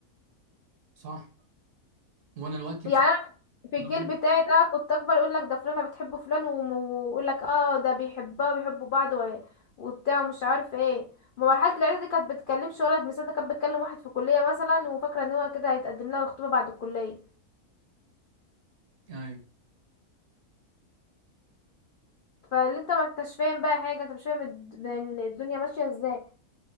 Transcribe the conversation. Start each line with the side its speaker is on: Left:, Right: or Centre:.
Right: صح وانا دلوقتي
Left: يعني
Right: بصراحه
Left: انا في الجيل
Right: انا بقول لك
Left: بتاعي ده كنت اكبر يقول لك ده فلانه بتحب فلان وم- ويقول لك اه ده بيحبها وبيحبوا بعض و- وبتاع ومش عارف ايه ما مرحله الاعداد دي كانت بتكلمش ولد مثلا ده كانت بتكلم واحد في كليه مثلا وفاكره ان هو كده هيتقدم لها ويخطبها بعد الكليه
Right: أيوه.
Left: فاللي انت ما انتش فاهم بقى حاجه انت مش فاهم الد- الدنيا ماشيه ازاي